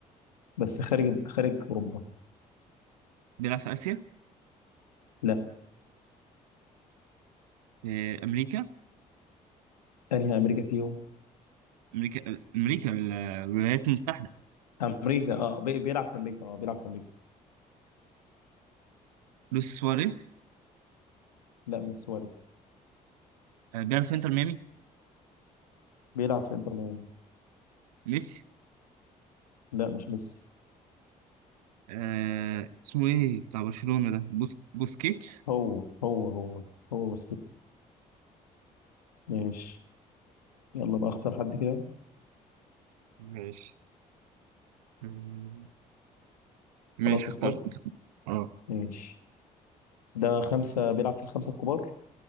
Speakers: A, on the left (about 80°); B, on the right (about 75°).
A: بس خارج خارج اوروبا
B: بيلعب في اسيا
A: لا
B: في امريكا
A: انهي امريكا فيهم
B: امريكا امريكا الولايات المتحده
A: امريكا اه بي- بيلعب في امريكا اه بيلعب في امريكا
B: لويس سواريز
A: لا مش سواريز
B: آه، بيلعب في انتر ميامي
A: بيلعب في انتر ميامي
B: ميسي
A: لا مش ميسي
B: آه، اسمه ايه بتاع برشلونه ده بوس بوسكيتش
A: هو هو هو هو بسكتس ماشي يلا بقى اختار حد كده
B: ماشي مم. ماشي
A: خلاص
B: اخترت
A: اختار
B: اه
A: ماشي ده خمسة بيلعب في الخمسة الكبار